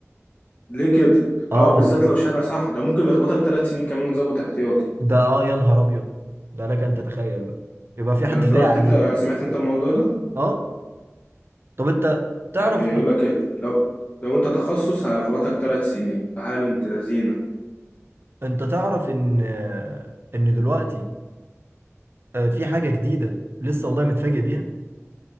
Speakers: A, on the left; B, on the right.
A: ليه كده
B: اه
A: اه بالذات
B: والله
A: لو شهادة صح ده ممكن يخبطك ثلاث سنين كمان يظبط احتياطي
B: ده اه يا نهار ابيض ده لك ان تتخيل بقى يبقى في
A: جربت
B: حد ساعة عليك
A: انت سمعت انت الموضوع ده
B: اه طب انت تعرف
A: يعني يقول لك إيه لو لو أنت تخصص هيخبطك تلات سنين فحاجة بنت لذينة
B: انت تعرف ان آه، ان دلوقتي آه، في حاجة جديدة لسه والله متفاجئ بيها